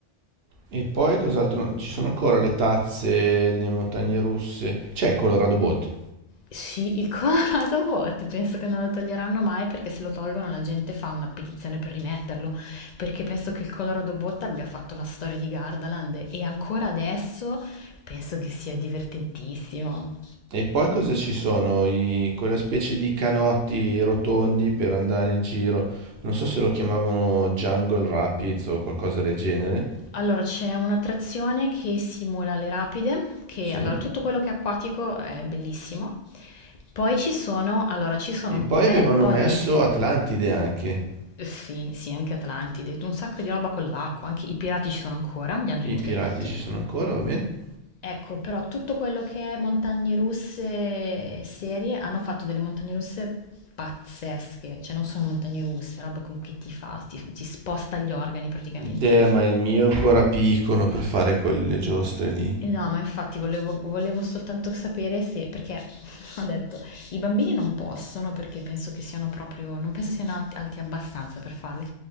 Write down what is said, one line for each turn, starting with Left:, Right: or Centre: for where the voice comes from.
Right: E poi cos'altro? Ci sono ancora le tazze, le montagne russe. C'è il Colorado Boat.
Left: Sì, il Colorado <laughs> Bot penso che non lo toglieranno mai perché se lo tolgono la gente fa una petizione per rimetterlo, perché penso che il Colorado Bot abbia fatto la storia di Gardaland e ancora adesso penso che sia divertentissimo.
Right: E poi cosa ci sono? I- quella specie di canotti rotondi per andare in giro. Non so se lo chiamavano Jungle Rapids o qualcosa del genere.
Left: Allora, c'è un'attrazione che simula le rapide, che
Right: Sì.
Left: allora tutto quello che è acquatico è bellissimo. Poi ci sono, allora, ci sono
Right: E
Left: un
Right: poi
Left: bel
Right: avevano
Left: po'
Right: messo
Left: di
Right: Atlantide anche.
Left: Sì, sì, anche Atlantide, un sacco di roba con l'acqua, anche i pirati ci sono ancora, li hanno
Right: I
Left: rimodernati.
Right: pirati ci sono ancora, va bene?
Left: Ecco, però tutto quello che è montagne russe serie hanno fatto delle montagne russe pazzesche, cioè non sono montagne russe, roba con che ti fa, ti, ti sposta gli organi praticamente.
Right: Eh, ma il mio è ancora piccolo per fare quelle giostre lì.
Left: Eh No, ma infatti volevo, volevo soltanto sapere se, perché <laughs> ho detto, i bambini non possono perché penso che siano proprio, non penso siano alt- alti, abbastanza per farle,